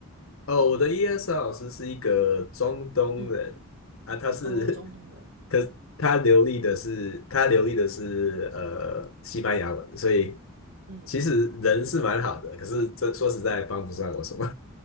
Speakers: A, on the left; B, on the right.
A: 哦，我的 ESL 老师是一个中东人啊，
B: 嗯，
A: 他是，
B: 哦，中东人，
A: <laughs> 可是他流利的是他流利的是呃西班牙文，所以
B: 嗯。
A: 其实人是蛮好的，可是这说实在帮不上我什么。